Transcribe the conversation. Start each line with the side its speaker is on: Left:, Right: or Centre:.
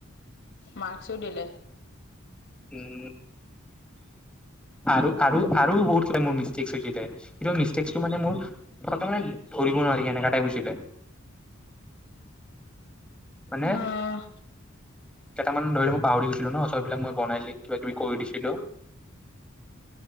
Left: মাৰ্কচো দিলে
Centre: উম আৰু আৰু আৰু বহুত কিবি মোৰ মিষ্টেক মিছটেক মানে মোৰো ধৰিব নোৱাৰি এনেকাটাইপ গৈছিলে মানে
Left: অ'
Centre: কেইটামান ধৰিব মই পাহৰি গৈছিলো ন চববিলাক মই বনাই কিবা কিবি কৰি দিছিলো